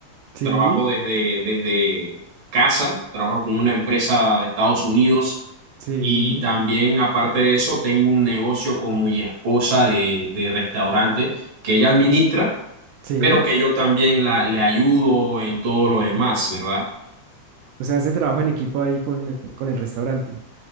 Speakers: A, on the right (about 85°); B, on the right (about 60°).
A: sí.
B: trabajo desde, desde casa, trabajo con una empresa de Estados Unidos
A: Sí,
B: y también, aparte de eso, tengo un negocio con mi esposa de, de restaurante que ella administra,
A: sí.
B: pero que yo también la, le ayudo en todo lo demás, ¿verdad?
A: O sea, hacen trabajo en equipo ahí con, con el restaurante.